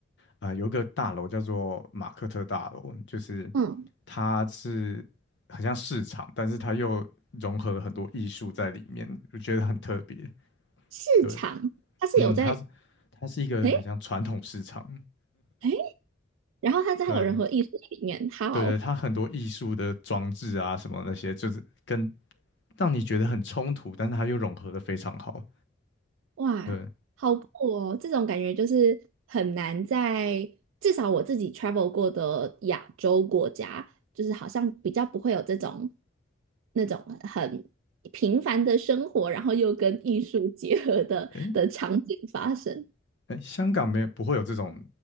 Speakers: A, on the left; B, on the right.
A: 呃，有一个大楼叫做马克特大楼，就是
B: 嗯，
A: 它是很像市场，但是它又融合了很多艺术在里面，我觉得很特别。
B: 市场它是有在，
A: 对，嗯，它是它是一个很像传统市场，
B: 诶诶，然后它在还有人和艺术里面，
A: 对。
B: 好。
A: 对对，它很多艺术的装置啊，什么那些，就是跟让你觉得很冲突，但是它又融合的非常好。
B: 哇，
A: 对，
B: 好酷哦！这种感觉就是很难在至少我自己 travel 过的亚洲国家，就是好像比较不会有这种那种很平凡的生活，然后又跟艺术结合的的场景发生。
A: 哎哎，诶香港没有不会有这种